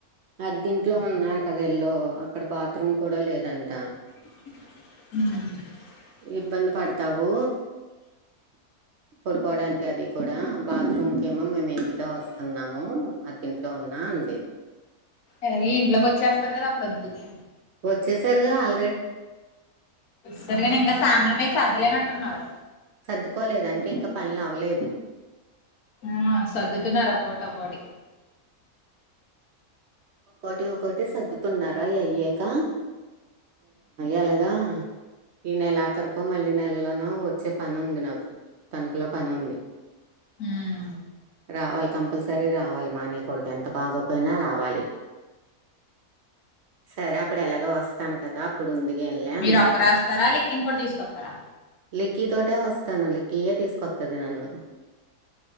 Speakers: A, on the right; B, on the left.
A: అద్దె ఇంట్లో ఉన్నారు కదా ఈళ్ళు అక్కడ బాత్రూమ్ కూడా లేదంట
B: అ
A: ఇబ్బంది పడతావు పడుకోడానికి అది కూడా బాత్రూమ్ కేమో మేము ఇంటికే వస్తున్నాము అద్దింట్లో ఉన్నా అంది
B: ఎలాగో ఇంట్లోకి వచ్చేస్తారు కదా అప్పుడు వద్దువులే
A: వచ్చేసారుగా అ
B: సరే కానీ ఇంకా సామాను మీరు సద్దలేనట్టున్నారు
A: దుకోలేదు అంటే ఇంకా పనులు అవ్వలేదు
B: ఆ సర్దుతున్నారు ఒకొక్కటి ఒకొక్కటి
A: ఒక్కోటి ఒక్కోటి సర్దుతున్నారా అయ్యాక ఎలాగా ఈ నెల ఆఖరికో మళ్ళీ నెలలోనో వచ్చే పను ఉంది నాకు తణుకులో పనుంది
B: ఉమ్
A: రావాలి కంపల్సరీ రావాలి మానేయకూడదు ఎంత బాగోపోయినా రావాలి సరే అప్పుడు ఎలాగో వస్తాను కదా అప్పుడు ఉందుగానిలే
B: మీరు
A: అందక్క
B: ఒక్క రాస్తారా లిక్కిని కూడా తీసుకొస్తారా
A: లిక్కీ తోటే వస్తాను లిక్కీయే తీసుకొత్తది నన్ను